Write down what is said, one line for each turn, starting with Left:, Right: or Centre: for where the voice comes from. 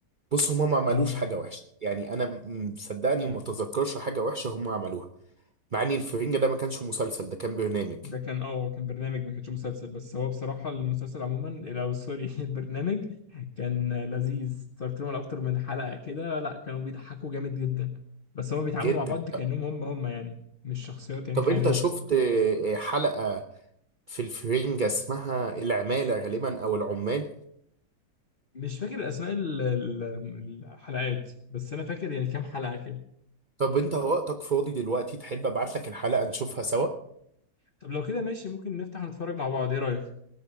Right: بص هما ما عملوش
Left: اه
Right: حاجة وحشة يعني أنا م- صدقني ما تذكرش حاجة وحشة هما عملوها مع إن الفرنجة ده ما كانش مسلسل ده كان برنامج
Left: ده كان اه كان برنامج ما كانش مسلسل بس هو بصراحة المسلسل عموما او سوري <laughs> البرنامج كان لذيذ اتفرجت لهم على اكتر من حلقة كده لا كانوا بيضحكوا جامد جدا بس هما بيتعاملوا
Right: جدا
Left: مع بعض كأنهم هم هم يعني مش شخصيات يعني
Right: طب
Left: خيالية
Right: أنت شفت
Left: وكده
Right: آه، آه، حلقة في الفرنجة اسمها العمالة غالبا أو العمال
Left: مش فاكر اسماء ال- ال- الحلقات بس انا فاكر يعني كام حلقة كده
Right: طب أنت وقتك فاضي دلوقتي تحب أبعت لك الحلقة نشوفها سوا
Left: طب لو كده ماشي ممكن نفتح ونتفرج مع بعض ايه رأيك